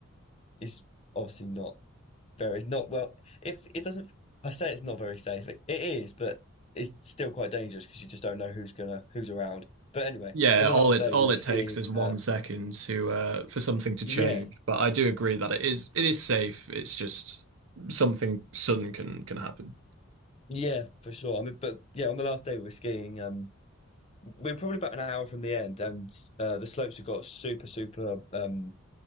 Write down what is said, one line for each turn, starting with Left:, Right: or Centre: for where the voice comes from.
Left: Is obviously not very not well. If it doesn't, I say it's not very safe. It, it is, but it's still quite dangerous because you just don't know who's gonna who's around. But anyway,
Right: Yeah,
Left: on the
Right: all
Left: last
Right: it
Left: day
Right: all
Left: we were
Right: it
Left: skiing.
Right: takes is one
Left: Uh,
Right: second to uh for something to
Left: yeah,
Right: change. But I do agree that it is it is safe. It's just something sudden can can happen.
Left: yeah, for sure. I mean, but yeah, on the last day we were skiing. Um, we were probably about an hour from the end, and uh, the slopes have got super, super um